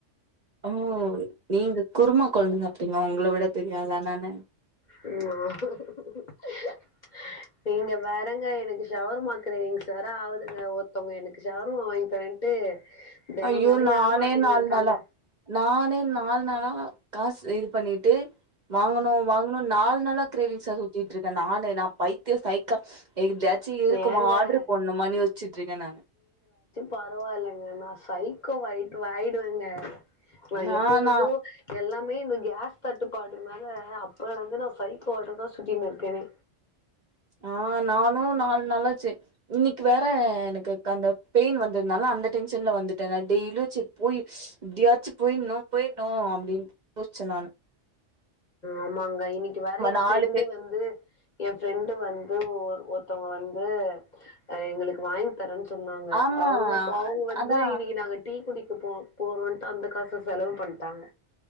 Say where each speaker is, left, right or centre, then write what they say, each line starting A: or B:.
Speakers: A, on the right; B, on the left.
A: ஓ நீங்க குருமா குழம்பு சாப்டீங்களா உங்களை விட பெரிய ஆளானானு
B: <unintelligible> நீங்க வேறங்க எனக்கு ஷவர்மா கிரேவிங்ஸ் ஆகுதுங்க ஒருத்தவங்க எனக்கு ஷவர்மா ம் வாங்கி தாரேன்ட்டு தினம்
A: ஐயோ
B: தானே
A: நானே
B: ஏமாத்தினு
A: நாலு
B: இருக்காங்க
A: நாளா நானே நாலு நாளா காசு இது பண்ணிட்டு வாங்கணு வாங்கணு நாலு நாளா கிரேவிங்ஸா சுத்திட்டு இருக்கே நானே நா பைத்தியோ சைக்கோ எத்யாச்சு இருக்குமா
B: ஏங்க
A: ஆர்டர் போண்ணுமானு யோச்சுட்டு இருக்கேன் நானு
B: பரவாயில்லைங்க நான் சைக்கோ வயிட்டு ஆயிடுவேங்க நான்
A: நானா
B: எப்பொழுது எல்லாமே இந்த கேஸ் கட்டுப்பாட்டுக்கு மேல அப்பலந்து நா சைக்கோவாட்டந்தா சுத்திட்டுருக்கேனே
A: ஆஹ் நானும் நாலு நாளாச்சு இன்னைக்கு வேற எனக்கு அந்த பெயின் வந்ததுனால அந்த டென்ஷன்ல வந்துட்டேன் நான் டெய்லியும் சு போய் எப்படியாச்சும் போயணும் போயிடணும் அப்படின்னு யோசிச்சேன் நான்
B: ஆமாங்க இன்னிக்கு வேற என்
A: நாலு
B: ஃப்ரெண்டு
A: பேர்
B: வந்து என் ஃப்ரெண்டு வந்து ஒருத்தவங்க வந்து எங்களுக்கு வாங்கி தரன் சொன்னாங்க
A: ஆமா
B: அவங்க ப அவங்க வந்து
A: அதா
B: இன்னிக்கு நாங்க டீ குடிக் க போ போரோன்ட்டு அந்த காச செலவு பண்ட்டாங்க